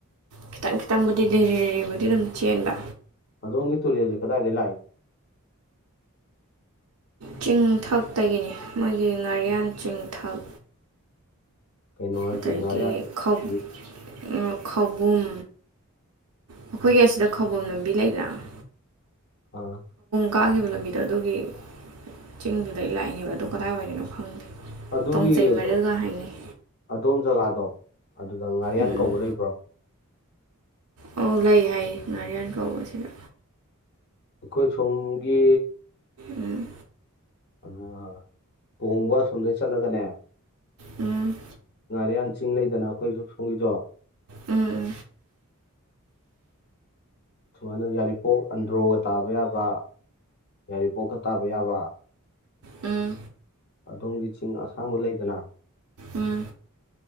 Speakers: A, on the right; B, on the left.
A: ꯈꯤꯇꯪ ꯈꯤꯇꯪꯕꯨꯗꯤ ꯂꯤꯔꯤ ꯂꯤꯔꯤꯕꯨꯗꯤ ꯑꯗꯨꯝ ꯆꯦꯟꯕ
B: ꯑꯗꯣꯝꯒꯤ ꯇꯨꯨꯔꯦꯜꯗꯨ ꯀꯗꯥꯏꯗꯒꯤ ꯂꯥꯛꯏꯅꯣ
A: ꯆꯤꯡꯊꯛꯇꯒꯤꯅꯤ ꯃꯣꯏꯒꯤ ꯉꯥꯔꯤꯌꯥꯟ ꯆꯤꯡꯊꯛ
B: ꯀꯩꯅꯣ ꯍꯥꯏꯁꯦ
A: ꯑꯗꯩꯒꯤ
B: ꯉꯥꯔꯤꯌꯥꯟ
A: <unintelligible>
B: ꯁꯤꯗꯒꯤ
A: ꯈꯧꯕꯨꯝ ꯑꯩꯈꯣꯏꯒꯤ ꯑꯁꯤꯗ ꯈꯧꯕꯨꯝ ꯂꯝꯕꯤ ꯂꯩꯗꯅ
B: ꯑꯥ
A: ꯀꯥꯒꯤꯕ ꯂꯝꯕꯤꯗꯣ ꯑꯗꯨꯒꯤ ꯆꯤꯡꯗꯨꯗꯩ ꯂꯥꯛꯏꯅꯦꯕ ꯑꯗꯣ ꯀꯗꯥꯏꯋꯥꯏꯗꯩꯅꯣ ꯈꯪꯗꯦ
B: ꯑꯗꯨꯒꯤꯗꯣ
A: ꯇꯣꯡꯖꯩ ꯃꯔꯤꯜꯒ ꯍꯥꯏꯅꯩ
B: ꯑꯗꯣꯝ ꯖꯒꯥꯗꯣ ꯑꯗꯨꯗ ꯉꯥꯔꯤꯌꯥꯟ
A: ꯎꯝ
B: ꯀꯧꯕ ꯂꯩꯕ꯭ꯔꯣ
A: ꯑꯧ ꯂꯩ ꯍꯥꯏꯌꯦ ꯉꯥꯔꯤꯌꯥꯟ ꯀꯧꯕ ꯁꯤꯗ
B: ꯑꯩꯈꯣꯏ ꯁꯣꯝꯒꯤ
A: ꯎꯝ
B: ꯑꯃ ꯀꯣꯡꯕ ꯑꯁꯣꯝꯗꯩ ꯆꯠꯂꯒꯅꯦ
A: ꯎꯝ
B: ꯉꯥꯔꯤꯌꯥꯟ ꯆꯤꯡ ꯂꯩꯗꯅ ꯑꯈꯣꯏꯁꯨ ꯁꯣꯝꯒꯤꯗꯣ
A: ꯎꯝ
B: ꯁꯨꯃꯥꯏꯅ ꯌꯥꯔꯤꯄꯣꯛ ꯑꯟꯗ꯭ꯔꯣꯒ ꯇꯥꯕ ꯌꯥꯕ ꯌꯥꯏꯔꯤ ꯄꯣꯛꯀ ꯇꯥꯕ ꯌꯥꯕ
A: ꯎꯝ
B: ꯑꯗꯣꯝꯒꯤ ꯆꯤꯡ ꯑꯁꯥꯡꯕ ꯂꯩꯗꯅ
A: ꯎꯝ